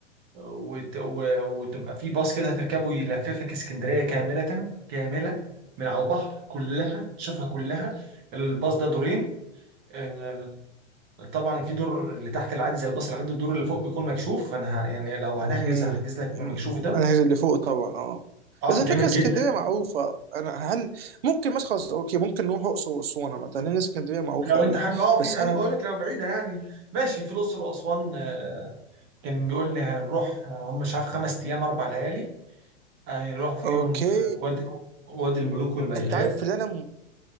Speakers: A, on the right; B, on the right.
A: وت... و... وتبقى في باص كده هتركبه يلففك اسكندرية كاملة كاملة من على البحر كلها شوفها كلها الباص ده دورين آه، طبعا في دور اللي تحت العادي زي الباص العادي الدور اللي فوق بيكون مكشوف فانا ه... يعني لو
B: امم
A: هنحجز هحجز لك من المكشوف ده
B: انا عايز اللي فوق طبعا اه
A: اه
B: بس
A: جامد
B: على فكره اسكندريه
A: جدا
B: معروفه انا هل ممكن مثلا خلاص اوكي ممكن نروح اقصر واسوان مثلا لان اسكندريه معروفه
A: لو
B: قوي
A: انت حابب اه في
B: بس
A: انا
B: هل
A: بقول لك لو بعيده يعني ماشي في الاقصر واسوان آه، كان بيقول لي هنروح آه، هم مش عارف خمس ايام اربع ليالي هنروح فيهم
B: اوكي
A: آه، وادي وادي الملوك والملكات
B: انت عارف اللي انا